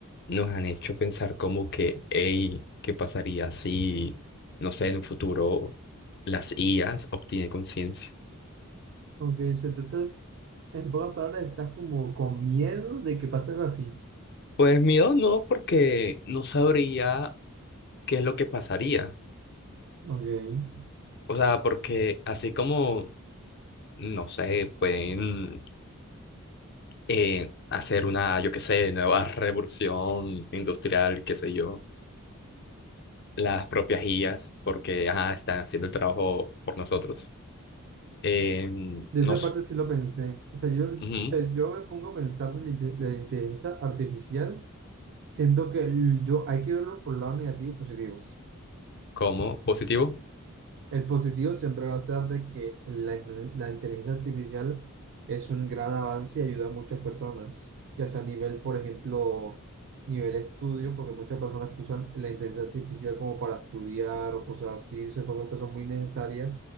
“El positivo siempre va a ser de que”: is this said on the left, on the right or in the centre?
Right